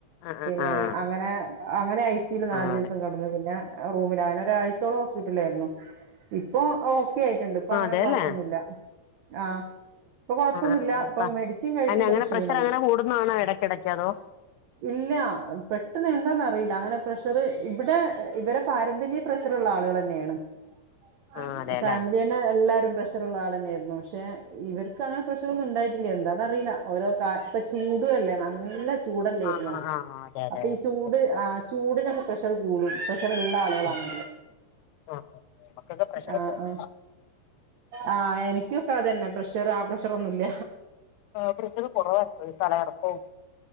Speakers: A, on the left (about 85°); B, on the right (about 85°).
A: ആഹ്
B: പിന്നെ
A: ആഹ്
B: അങ്ങനെ അങ്ങനെ ഐ സിയില് നാലു
A: ആഹ്
B: ദിവസം
A: അതെ
B: കടന്നു പിന്നെ ആ റൂമില് അങ്ങനെ ഒരാഴ്ചയോളം ഹോസ്പിറ്റലായിരുന്നു ഇപ്പൊ ഓ ക്കെയായിട്ടണ്ട് ഇപ്പൊ
A: ആഹ്
B: അങ്ങനെ
A: അതെല്ലേ
B: കുഴപ്പൊന്നുമില്ല ആ കൊഴപ്പൊന്നുമില്ല
A: ആഹ് ആഹ് ആഹ്
B: ഇപ്പൊ
A: ഇപ്പ
B: മെഡിസിൻ കഴിക്കുന്നൊരു
A: അയിന് അങ്ങനെ
B: ക്ഷീണണ്ട്
A: പ്രഷർ അങ്ങനെ കൂടുന്നതാണോ ഇടക്കിടക്ക് അതോ
B: ഇല്ല പെട് പെട്ടന്ന് എന്താന്ന് അറിയില്ല അങ്ങനെ പ്രഷർ ഇവിടെ ഇവരെ പാരമ്പര്യ പ്രഷറുള്ള ആളുകൾ തന്നെയാണ് ആ
A: ആഹ് അതെല്ലേ
B: ഫാമിലി തന്നെ എല്ലാരും പ്രഷറുള്ള ആൾ തന്നെയായിരുന്നു പക്ഷെ ഇവർക്ക് ആ പ്രശ് ത്തൊന്നും ഉണ്ടായിട്ടില്ല എന്താറിയില്ല ഓരോ കാ ഇപ്പ ചൂട അല്ലേ നല്ല ചൂടല്ലായിരുന്നോ
A: ആഹ് ആഹ് ആഹ് അതെ അതെ
B: അപ്പൊ
A: അതെ
B: ഈ ചൂട്
A: നല്ല ചൂടാ
B: ആ ചൂടിനൊരു പ്രഷർ കൂടും പ ഇള്ള ആള്കളാണ്
A: ഉം ആഹ് ആഹ് നമുക്കൊക്കെ പ്രഷർ
B: ആ
A: കുറവാ
B: ആ ആ എനിക്കൊക്കെ അതന്നെ പ്രഷറ് ആ പ്രഷറ് ഒന്നുല്ല
A: ഏ കൃഷത് കുറവായിക്ക തല ഇറപ്പവും